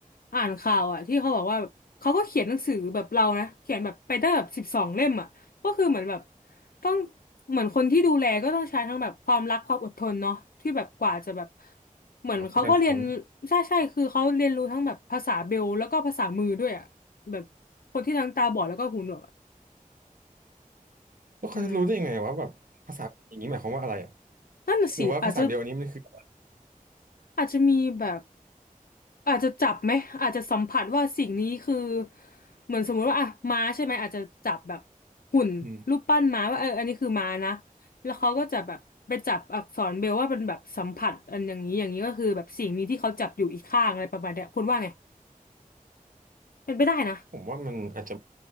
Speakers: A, on the left (about 85°); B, on the right (about 70°).
A: อ่านข่าวอ่ะที่เขาบอกว่าแบบเขาก็เขียนหนังสือแบบเรานะเขียนแบบไปได้แบบสิบสองเล่มอ่ะก็คือเหมือนแบบต้องเหมือนคนที่ดูแลก็ต้องใช้ทั้งแบบความรักความอดทนเนาะที่แบบกว่าจะแบบเหมือนเขาก็เรียน
B: องเขาเป็นการสอน
A: ใช่ใช่คือเขาเรียนรู้ทั้งแบบภาษาเบลแล้วก็ภาษามือด้วยอ่ะแบบคนที่ทั้งตาบอดแล้วก็หูหนวก
B: แล้วเขาจะรู้ได้ยังไงวะแบบภาษาอย่างนี้หมายความว่าอะไรอ่ะ
A: อืมนั่นน่ะสิอาจจะ
B: หรือว่าภาษาเบลอันนี้มันคือ
A: อาจจะมีแบบอาจจะจับไหมอาจจะสัมผัสว่าสิ่งนี้คือเหมือนสมมุติว่าอ่ะม้าใช่ไหมอาจจะจับแบบหุ่นรูปปั้นม้าว่าเอออันนี้คือม้านะ
B: อืม
A: แล้วเขาก็จะแบบไปจับอักษรเบรลว่าเป็นแบบสัมผัสอันอย่างนี้อย่างนี้ก็คือแบบสิ่งนี้ที่เขาจับอยู่อีกข้างอะไรประมาณเนี้ยคุณว่าไงเป็นไปได้นะ
B: ผมว่ามันอาจจะ